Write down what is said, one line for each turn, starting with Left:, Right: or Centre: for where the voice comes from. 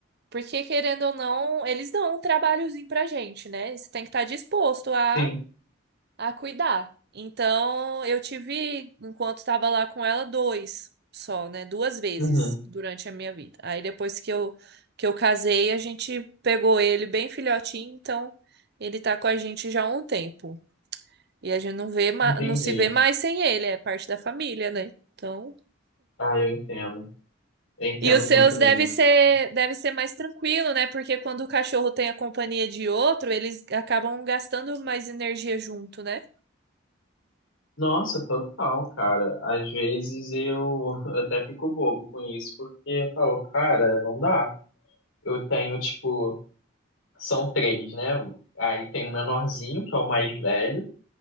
Right: Porque, querendo ou não, eles dão um trabalhozinho pra gente, né? Você tem que estar disposto a
Left: Sim.
Right: a cuidar. Então, eu tive, enquanto estava lá com ela, dois só, né? Duas vezes
Left: Uhum.
Right: durante a minha vida. Aí depois que eu que eu casei, a gente pegou ele bem filhotinho, então ele tá com a gente já há um tempo. E a gente não vê, ma-
Left: Entendi.
Right: não se vê mais sem ele, é parte da família, né? Então,
Left: Ah, eu entendo. Eu entendo
Right: e os seus
Left: muito
Right: deve
Left: bem
Right: ser
Left: isso.
Right: deve ser mais tranquilo, né? Porque quando o cachorro tem a companhia de outro, eles acabam gastando mais energia junto, né?
Left: Nossa, total, cara. Às vezes eu <laughs> até fico bobo com isso, porque eu falo, cara, não dá. Eu tenho, tipo, são três, né? Aí tem o menorzinho, que é o mais velho,